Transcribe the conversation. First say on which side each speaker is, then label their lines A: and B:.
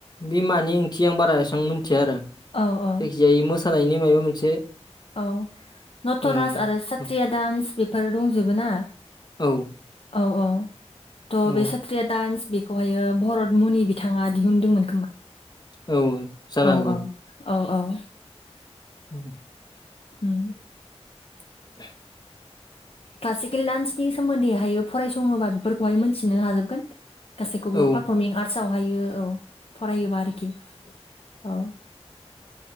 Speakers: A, on the left; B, on the left.
A: बे मानि ओंथि आं बारा एसां मोन मिथिया आरो जायखिजाया
B: औ औ
A: इयो मोसानायनि माबा मोनसे
B: औ नटराज
A: ओ
B: आरो सात्रिया दान्स बेफोर दंजोबो ना
A: औ
B: औ औ त'
A: औ
B: बे सत्रिया दान्स बे खौहायो भरत मनि बिथाङा दिहुनदोंमोन खोमा
A: औ जानो
B: औ
A: हागौ
B: औ औ औ
A: <inaudible>
B: उम
A: <inaudible>
B: क्लासिकेल डान्सनि सोमोन्दैहायो फरायसङोबा बेफोरखौहाय मिथिनो हाजोबगोन गासैखौबो
A: औ
B: पारफर्मिं आर्ट आव हायो औ फरायोबा आरोखि औ